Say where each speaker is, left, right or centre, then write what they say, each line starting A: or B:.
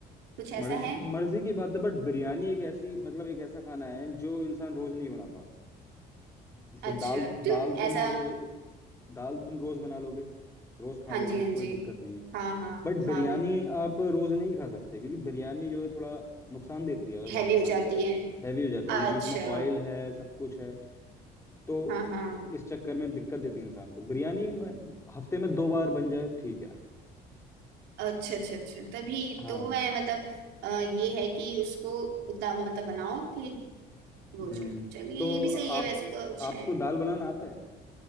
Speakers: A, on the right; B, on the left.
A: कुछ ऐसा
B: मर्जी
A: है
B: मर्जी की बात है बट बिरयानी एक ऐसी मतलब एक ऐसा खाना है जो इंसान रोज नहीं बनाता जैसे
A: अच्छा
B: दाल
A: क्यों
B: दाल तुम
A: ऐसा
B: रोज दाल तुम रोज बना लोगे रोज खा
A: हाँ
B: लोगे
A: जी हाँ
B: कोई
A: जी
B: दिक्कत नहीं है
A: हाँ हाँ
B: बट बिरयानी
A: हाँ बिल्कुल
B: आप रोज नहीं खा सकते क्योंकि बिरयानी जो है थोड़ा नुकसान देती है अगर
A: हैवी
B: ज्यादा खाने
A: हो जाती
B: से
A: है
B: हैवी हो जाती है
A: अच्छा
B: क्योंकि उसमें ऑयल है सब कुछ है तो
A: हाँ हाँ
B: इस चक्कर में दिक्कत देती है इंसान को बिरयानी में- हफ्ते में दो बार बन जाए ठीक है
A: अच्छा अच्छा अच्छा तभी
B: हाँ
A: तो मैं मतलब अ, ये है कि उसको उतना मतलब बनाओ कि भोजन
B: हम्म
A: चलिए
B: तो
A: ये भी
B: आप
A: सही है वैसे तो अच्छा
B: आपको
A: है
B: दाल बनाना आता है